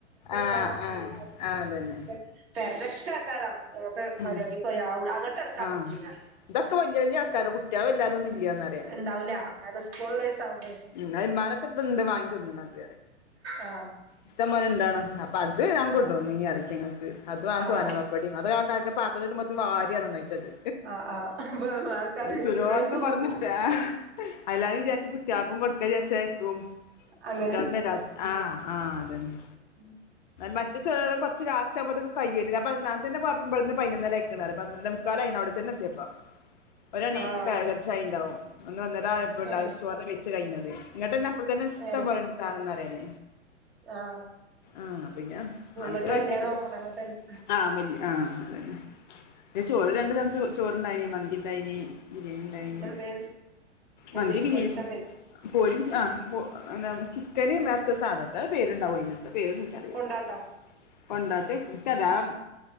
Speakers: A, on the left; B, on the right.
A: ആഹ്
B: <unintelligible>
A: ആഹ് ആഹ് അതന്നെ
B: പക്ഷെ തെരക്കേക്കാരം അങ്ങത്തെ
A: ഉം
B: പരിപാടിക്ക് പോയാൽ ആവൂല അങ്ങട്ട് അടുക്കാൻ
A: ആഹ്
B: പറ്റുല്ല.
A: ഇതൊക്കെ വല്ല്യ വല്ല്യ ആൾക്കാര കുട്ട്യാൾ വല്ലാതൊന്നും ഇല്ലന്നറിയാ.
B: ഇണ്ടാവുല്ല കാരണം സ്കൂൾ ഉള്ള ദിവസം ആവുമ്പളെ.
A: ഇന്നാ ഇവന്മാര് ഒക്കെ ഇത്‌ എന്താ വാങ്ങി തിന്നണത്
B: ആഹ്
A: ഇഷ്ടം പോലെ ഉണ്ടണോ അപ്പൊ അത് ഞാൻ കൊണ്ടോന്നീനി
B: ആഹ്
A: അറിക്കാം <unintelligible> ങ്ങക്ക് അതും അ
B: ആഹ്
A: സോനാപ്പപൊ.
B: ആഹ്
A: ഇവിടെയും അത് കാരണം എന്റെ പാത്തത്തില് മൊത്തം വാരി ഇടുമ്പോത്തിന് വാരിയാണ് ഒന്നായി റ്റത്.
B: ആഹ് ആഹ് അപ്പൊ ആൾക്കാര്
A: അത് ചുടോടെക്കെ
B: വല്ല്യോൽക്കും
A: കൊട്ന്ന്.
B: പറ്റും
A: ആഹാ അല്ലാരും വിചാരിച്ച് കുട്ട്യാൾക്കും കൊടുക്കാ വിചാരിച്ചേക്കും.
B: അങ്ങനെ
A: കുട്ട്യാളന്ന രാ ത് ആഹ് ആഹ് അതന്നെ.
B: ഉംഹ്. <unintelligible>
A: മറ്റ ചെറ കെർ <unintelligible> ച്ച് ലാസറ്റ് ആവുമ്പോത്തിന് കയ്യൊ പ്പം ന്നാൾത്ത <unintelligible> ന്നെ പോയപ്പം ഇവിടന്ന് <unintelligible> പയ്നൊന്നര ആയ്ക്ക്ണ് റ പന്ത്രണ്ടേമുക്കാലായീന് അവിടെ. ചെന്ന് എത്തിയപ്പം ഒരുമണി
B: ആഹ്
A: ഒക്കെ ഏകദേശം ആയിണ്ടാവും ഒന്ന് ഒന്നര ആയപ്പണ്ട്
B: ഏഹ്
A: ചോറ് വെയ്ച്ച് കഴിഞ്ഞത്. ഇങ്ങട്ട്ന്നെ അപ്പഴത്തന്നെ ഇഷ്ടംപോലണ്ട്
B: ഏഹ്
A: സാധാന്ന് പറയാന്.
B: ആഹ്.
A: ആഹ പിന്നെ അ
B: വല്യ കല്യാണം ആവുമ്പള്
A: <unintelligible>
B: അങ്ങൻതന്നെ
A: ആ മല്ലി ആഹ് അതന്നെ ചോറ് രണ്ട് തരത്ത് ചോറ് ഉണ്ടായിനീ മന്തി ഉണ്ടായിനീ. ബിരിയാണി ഇണ്ടായിന്
B: പിന്നെന്തേനി പൊരി
A: മന്തി ബിരിയാനിം
B: പൊരിച്ചന്നേനി
A: പൊരിചാ
B: ഉം
A: ആ- പൊ എന്താ ചിക്കന് വേറത്തോ സാധത്ത് പേരുണ്ടാവും അയന് പേര് ഒന്നും എനിക്ക്കറീല്ല.
B: കൊണ്ടാട്ടോ
A: കൊണ്ടാേട്ടെ ഇൻകതാം.